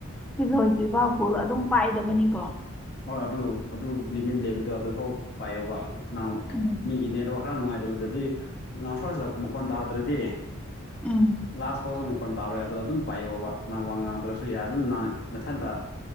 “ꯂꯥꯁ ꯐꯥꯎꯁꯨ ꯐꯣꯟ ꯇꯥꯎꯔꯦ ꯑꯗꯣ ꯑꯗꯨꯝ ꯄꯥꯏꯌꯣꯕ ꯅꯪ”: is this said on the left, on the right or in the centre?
Left